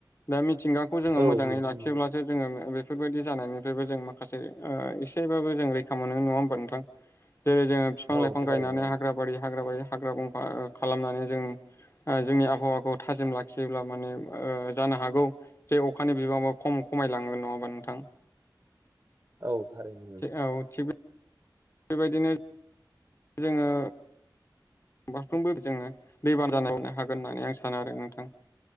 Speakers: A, on the left; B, on the right.
A: दा मिथिंगाखौ जोङो
B: औ
A: मोजाङै
B: नोंथां
A: लाखिब्लासो
B: नंगौ
A: जोङो बेफोरबायदि जानायनिफ्रायबो जों माखासे बाबो जों रैखा मोनो नङा होमबा नोंथां। जेरै जोङो बिफां लाइफां
B: औ थारैनो
A: गायनानै हाग्रा बारि हाग्रा बारि हाग्रा बंखा खालामनानै जों जोंनि आबहावाखौ थाजिम लाखियोब्ला माने ओ जानो हागौ जे अखानि बिबाङा खम खमायलाङो नङा होमबा नोंथां।
B: औ थारैनो
A: औ थिग बेबायदिनो जोङो फारफ्रोमबो जोङनो दैबान जानायावनो हागोन होननानै आं सानो आरो नोंथां।